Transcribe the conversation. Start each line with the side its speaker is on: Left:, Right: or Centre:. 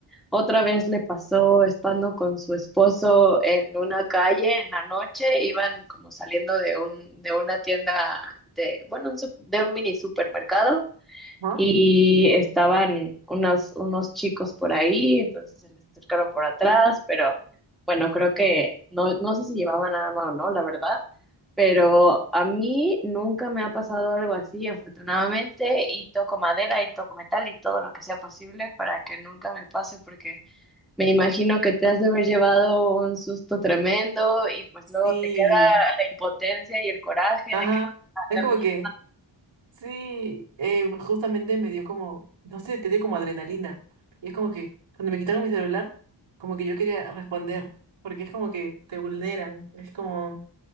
Centre: Otra vez le pasó estando con su esposo en una calle en la noche, iban como saliendo de un, de una tienda de, bueno, un sup- de un mini supermercado
Right: Ajá.
Centre: y estaban unos, unos chicos por ahí, entonces se les acercaron por atrás, pero bueno, creo que no, no sé si llevaban arma o no, la verdad, pero a mí nunca me ha pasado algo así, afortunadamente, y toco madera y toco metal y todo lo que sea posible para que nunca me pase porque me imagino que te has de haber llevado un susto tremendo y pues
Right: Sí.
Centre: luego te queda la impotencia y el coraje
Right: Ajá,
Centre: de que no puedes hacer
Right: es como
Centre: nada.
Right: que, sí, eh, justamente me dio como, no sé, te dio como adrenalina. Y es como que cuando me quitaron mi celular, como que yo quería responder, porque es como que te vulneran, es como,